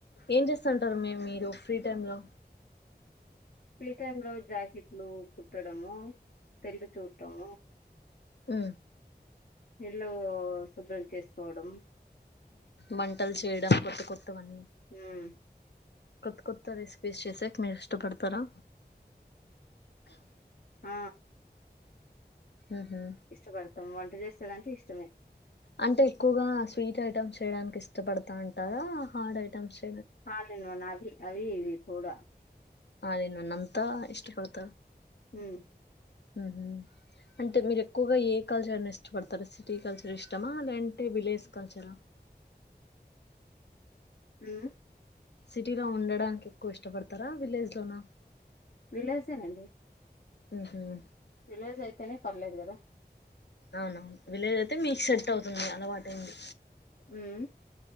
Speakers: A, on the left; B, on the left.
A: ఏం చేస్తంటారు మి మీరు ఫ్రీ టైమ్ లో
B: ఫ్రీటైమ్లో జాకిట్లు కుట్టడము సెల్లు చూటం
A: ఉ
B: ఇళ్లు శుభ్రం చేసుకోవడం
A: వంటలు చేయడం కొత్త కొత్తవన్నీ
B: ఉమ్
A: కొత్త కొత్త రెసిపీస్ చేసెకి మీరు ఇష్టపడతారా
B: ఆ
A: ఉహు
B: ఇష్ట పడుతం వంట జెస్త్ అదీంటే ఇష్టమే
A: అంటే ఎక్కువగా స్వీట్ ఐటెమ్స్ చేయడానికి ఇష్టపడతా అంటారా హార్డ్ ఐటమ్స్ చ్
B: ఆన్లైన్ ఓనా అవి ఇది పోడ
A: అదేనా నన్ అంతా ఇష్టపడతరు
B: ఉమ్
A: ఉ అంటే మీరు ఎక్కువగా ఏ కల్చర్ అని ఇష్టపడతారు సిటీ కల్చర్ ఇష్టమా లేంటే విలేజ్ కల్చరా
B: ఉమ్
A: సిటీలో ఉండడానికి ఎక్కువ ఇష్టపడతారా విలేజ్ లోనా
B: విలాసేనండి
A: ఉహుం
B: విలేజ్ అయితేనే పర్లేదు కదా
A: అవున విలేజ్ అయితే మీకు సెట్ అవుతుంది అలవాటు ఏంది
B: హ్మ్